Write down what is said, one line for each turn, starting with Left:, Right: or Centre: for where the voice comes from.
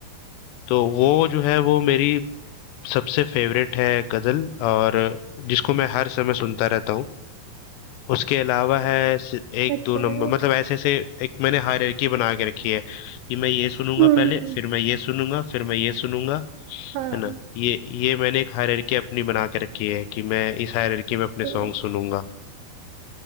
Left: तो वो जो है वो मेरी सबसे फेवरेट है गज़ल और जिसको मैं हर समय सुनता रहता हूँ। उसके अलावा है स 1-2
Right: अच्छा
Left: नंबर
Right: हम्म
Left: मतलब ऐसे-ऐसे एक मैंने हायरार्की बना के रखी है कि मैं ये सुनूँगा
Right: हम्म
Left: पहले, फिर मैं ये सुनूँगा, फिर मैं ये सुनूँगा,
Right: हाँ
Left: है ना? ये ये मैंने एक हायरार्की अपनी बना के रखी है कि मैं इस हायरार्की में अपने
Right: जी
Left: सॉन्ग सुनूँगा।